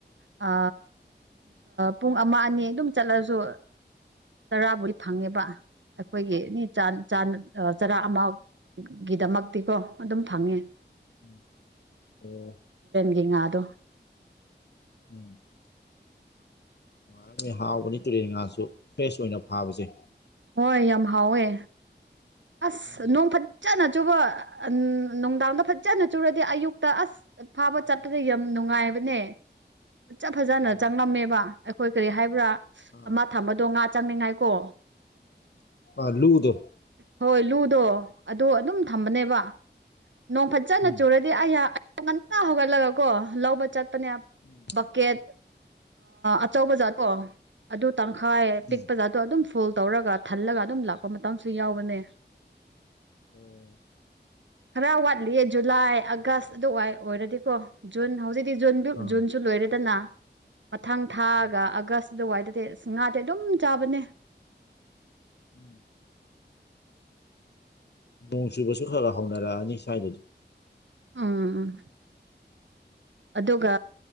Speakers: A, on the right; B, on the left.
A: ꯑ ꯄꯨꯡ ꯑꯃ ꯑꯅꯤ ꯑꯗꯨꯝ ꯆꯠꯂꯁꯨ ꯇꯔꯥꯕꯨꯗꯤ ꯐꯪꯉꯦꯕ ꯑꯩꯈꯣꯏꯒꯤ ꯆꯔꯥ ꯑꯃꯒꯤ ꯒꯤꯗꯃꯛꯇꯤꯀꯣ ꯑꯗꯨꯝ ꯐꯪꯉ
B: ꯝ ꯑꯣꯝ
A: ꯌꯦ ꯉꯥꯗꯣ
B: ꯎꯝ ꯑ ꯅꯨꯡꯉꯥꯏꯔꯝ ꯍꯥꯎꯕꯅꯤ ꯇꯨꯔꯦꯟ ꯉꯥꯁꯨ ꯐ꯭ꯔꯦꯁ ꯑꯣꯏꯅ ꯐꯥꯕꯁꯦ
A: ꯍꯣꯏ ꯌꯥꯝ ꯍꯥꯎꯋꯦ ꯑꯁ
B: ꯎꯝ
A: ꯅꯣꯡ ꯐ ꯐ ꯆꯠꯅ ꯆꯨꯕ ꯅꯨꯡꯗꯥꯡꯗ ꯐꯖꯖꯅ ꯆꯨꯔꯗꯤ ꯑꯌꯨꯛꯇ ꯑꯁ ꯐꯥꯕ ꯆꯠꯄꯗ ꯌꯥꯝ ꯅꯨꯡ ꯅꯨꯡꯉꯥꯏꯕꯅꯦ ꯐꯖ ꯐꯖꯅ
B: ꯎꯝ
A: ꯆꯪꯉꯝꯃꯦꯕ ꯑꯩꯈꯣꯏ ꯀꯔꯤ ꯍꯥꯏꯕ꯭ꯔꯥ
B: ꯑꯥ
A: ꯑꯃ ꯊꯝꯕꯗꯣ ꯉꯥ ꯆꯪꯃꯤꯉꯥꯏꯀꯣ
B: ꯑꯂꯨꯗꯣ
A: ꯍꯣꯏ ꯂꯨꯗꯣ ꯑꯗꯣ ꯑꯗꯨꯝ ꯊꯝꯕꯅꯦꯕ ꯅꯣꯡ ꯐꯖꯖꯅ
B: ꯎꯝ
A: ꯆꯨꯔꯗꯤ ꯑꯩꯍꯥꯛ ꯉꯟꯇ ꯍꯧꯒꯠꯂꯒꯀꯣ ꯂꯧꯕ ꯆꯠꯄꯅꯦ
B: ꯎꯝ
A: ꯕꯛꯀꯦꯠ ꯑꯆꯧꯕ ꯖꯥꯠꯇꯣ ꯑꯗꯨ ꯇꯪꯈꯥꯏ ꯄꯤꯛꯄ
B: ꯎꯝ
A: ꯖꯥꯗꯣ ꯑꯗꯨꯝ ꯐꯣꯜ ꯇꯧꯔꯒ ꯊꯜꯂꯒ ꯑꯗꯨꯝ ꯂꯥꯛꯄ ꯃꯇꯝꯁꯨ ꯌꯥꯎꯕꯅꯦ
B: ꯎꯝ
A: ꯈꯔ ꯋꯥꯠꯂꯤꯌꯦ ꯖꯨꯂꯥꯏ ꯑꯥꯒꯁ ꯑꯗꯨ ꯑꯣꯏꯔꯗꯤꯀꯣ ꯖꯨꯟ ꯍꯧꯖꯤꯛ ꯖꯨꯟ
B: ꯑꯥ
A: ꯖꯨꯟꯁꯨ ꯂꯣꯏꯔꯦꯗꯅ ꯃꯊꯪ ꯊꯥꯒ
B: ꯑꯥ
A: ꯑꯥꯒꯁ ꯑꯗꯨꯋꯥꯏꯗꯗꯤ ꯑꯁ ꯉꯥꯗꯤ ꯑꯗꯨꯝ ꯆꯥꯕꯅꯦ
B: ꯎꯝ ꯅꯣꯡꯁꯨꯨꯕꯁꯨ ꯈꯔꯥ ꯍꯥꯎꯅꯔꯛꯑꯅꯤ ꯁꯥꯏꯗꯗꯤ
A: ꯎꯝ ꯎꯝ ꯑꯗꯨꯒ